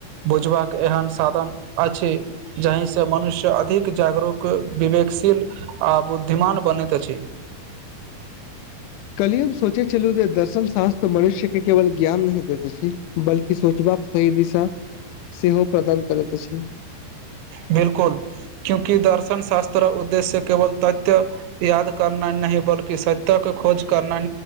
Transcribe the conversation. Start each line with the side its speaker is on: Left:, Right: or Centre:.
Right: बुझबाक एहन साधन अछि जाहिसँ मनुष्य अधिक जागरूक विवेकशील आ बुद्धिमान बनैत अछि
Left: कलियुग सोचै छलू जे दर्शम शास्त्र मनुष्य के केवल ज्ञान नहि दैत अछि बल्कि सोचबाक सही दिशा सेहो प्रदान करैत अछि
Right: बिल्कुल क्यंकि दर्शनशास्त्र उद्देश्य केवल तथ्य याद करनाय नहि बल्कि कि सत्याक खोज करना